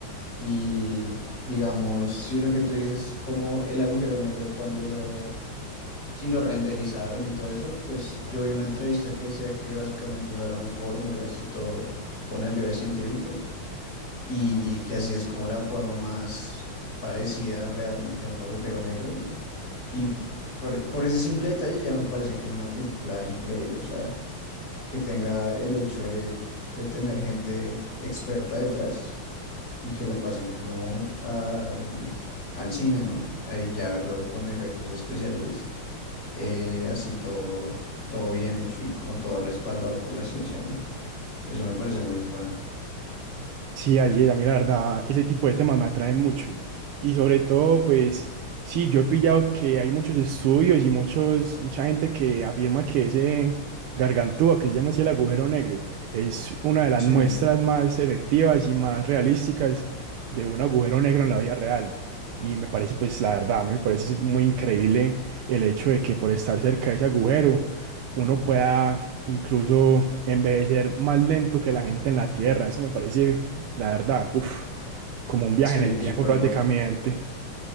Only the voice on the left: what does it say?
Y digamos, sí, lo que tú dices, como el agujero negro, cuando lo, sí lo renderizaron y todo eso, pues yo vi una entrevista que decía que básicamente usaron fórmulas y todo con ayuda de científicos y que así es como la forma más parecida realmente a un agujero negro. Y, y por, por ese simple detalle ya me parece que es una película increíble. O sea, que tenga el hecho de, de tener gente experta detrás y que lo pasen como a, mm, al cine, ¿no? Ahí ya verlo con efectos especiales, eh, así todo, todo bien hecho y como todo respaldado por la ciencia, ¿no? Eso me parece muy bueno.
Sí,
sí,
súper
loco.